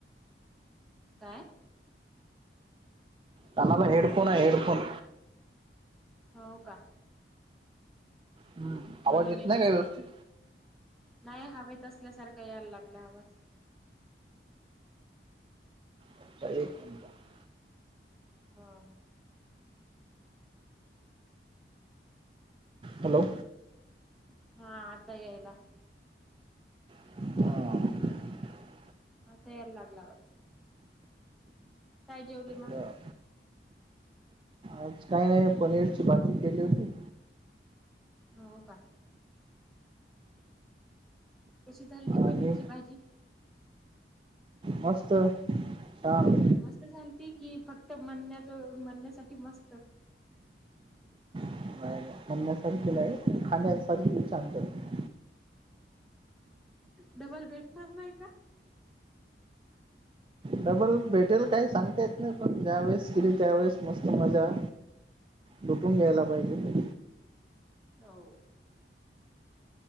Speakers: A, in the centre; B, on the right.
A: काय?
B: कानाला हेडफोन आहे हेडफोन.
A: हो का.
B: हम्म
A: म्हणून
B: आवाज
A: येत
B: नाही
A: असन,
B: का व्यवस्थित
A: नाही हवेत असल्यासारखं यायला लागला आवाज.
B: अच्छा एक मिनिट
A: हा.
B: हॅलो.
A: हा आता यायला.
B: हा.
A: आता याय लागला आवाज, काय जेवली म?
B: बरं आज काय नाही पनीरची भाजी केली होती.
A: हो का. कशी झालती पनीरची
B: आणि
A: भाजी?
B: मस्त, छान.
A: मस्त झालती की फक्त म्हणण्याजो म्हणण्यासाठी मस्त.
B: नाही म्हणण्यासारखी नाही खाण्यासारखी छान. <unintelligible>
A: डबल भेटणार नाही का?
B: डबल भेटेल काय सांगता येत नाही पण ज्या वेळेस केली त्यावेेळेस मस्त मजा. लुटून घ्यायला पाहिजे.
A: हो.